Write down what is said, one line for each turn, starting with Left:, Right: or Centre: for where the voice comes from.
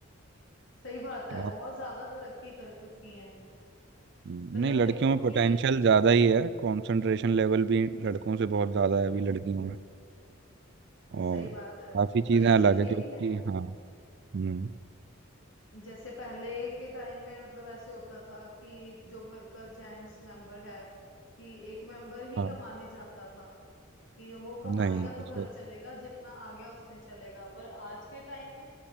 Left: सही बात है
Right: आप
Left: बहुत ज्यादा तरक्की कर चुकी हैं
Right: नहीं
Left: मतलब
Right: लड़कियों
Left: देखो
Right: में पोटेंशियल
Left: कि
Right: ज़्यादा ही है कंसंट्रेशन लेवल भी लड़कों से बहुत ज़्यादा है अभी लड़कियों में और
Left: सही बात है
Right: काफ़ी चीज़ें
Left: और एक
Right: अलग
Left: चीज
Right: है
Left: ये
Right: क्योंकि
Left: भी है
Right: हाँ हम्म
Left: जैसे पहले के टाइम में मतलब ऐसे होता था कि जो घर का जेंट्स मेंबर है कि एक मेंबर ही
Right: हाँ
Left: कमाने जाता था कि वो कमाएगा
Right: नहीं
Left: तो
Right: सही
Left: घर चलेगा जितना आ गया उसमें चलेगा पर आज के टाइम में